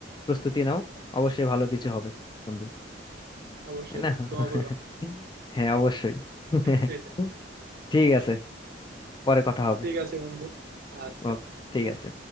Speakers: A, on the left; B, on the right.
A: প্রস্তুতি নাও অবশ্যই ভালো কিছু হবে বন্ধু
B: অবশ্যই
A: তাই না
B: বন্ধু
A: <laughs>
B: দোয়া করো আমার <laughs> জন্য।
A: হ্যাঁ অবশ্যই <laughs>
B: সেটাই
A: ঠিক আছে পরে কথা হবে
B: ঠিক আছে বন্ধু আচ্ছা
A: ও ঠিক আছে